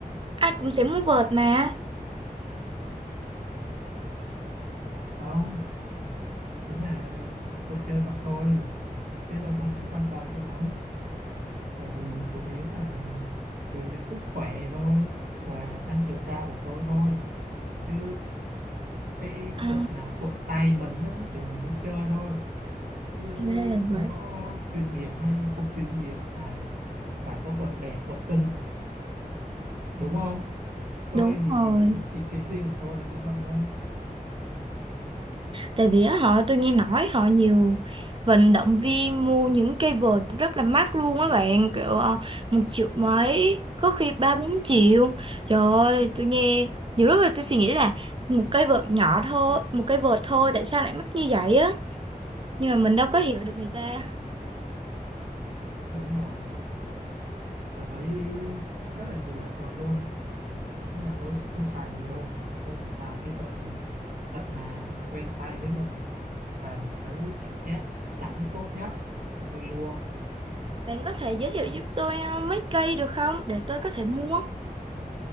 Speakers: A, on the right; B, on the right.
A: ai cũng sẽ mua vợt mà.
B: không nghĩa là tôi chơi vậy thôi chứ tôi không có quan tâm cho lắm tại vì chủ yếu là rèn luyện sức khỏe thôi và tăng chiều cao của tôi thôi chứ cái
A: À,
B: vợt nào thuận tay mình á, thì mình mới chơi thôi chứ
A: ra là
B: không
A: vậy.
B: có chuyên nghiệp hay không chuyên nghiệp mà phải có vợt đẹp vợt xinh đúng không tôi
A: Đúng
B: thì
A: rồi.
B: ý kiến riêng của tôi là như vậy thôi
A: Tại vì á, họ tôi nghe nói họ nhiều vận động viên mua những cây vợt rất là mắc luôn á bạn, kiểu ờ, một triệu mấy, có khi ba bốn triệu. Trời ơi, tôi nghe nhiều lúc là tôi suy nghĩ là một cây vợt nhỏ thôi, một cây vợt thôi tại sao lại mắc như vậy á? Nhưng mà mình đâu có hiểu được người ta.
B: đúng rồi tôi thấy rất là nhiều loại vợt luôn nhưng mà tôi không xài nhiều tôi chỉ xài cái vợt nào thật là quen tay với mình và mình thấy cảm giác đánh tốt nhất thì tôi mua
A: Bạn có thể giới thiệu giúp tôi ờ, mấy cây được không để tôi có thể mua?